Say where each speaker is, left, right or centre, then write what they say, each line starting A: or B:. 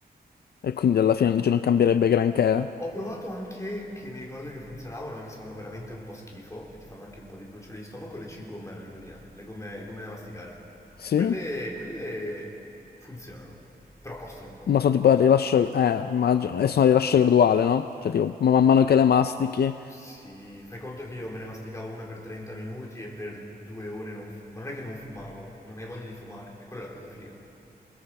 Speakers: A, on the left; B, on the left.
A: E quindi alla fine dice non cambierebbe granché.
B: Ho provato anche, che mi ricordo che funzionavano, anche se fanno veramente un po' schifo e ti fanno anche un po' di bruciore di stomaco, le cingomme alla nicotina, le gomme, gomme da masticare.
A: Sì?
B: Quelle, quelle funzionano, però costano un botto.
A: Ma sono tipo a rilascio. Eh, immagino. E sono a rilascio graduale, no? Cioè, tipo, ma man mano che le mastichi.
B: Sì, fai conto che io me ne masticavo una per 30 minuti e per due ore non... fu- Ma non è che non fumavo, non hai voglia di fumare, e quella è la cosa figa.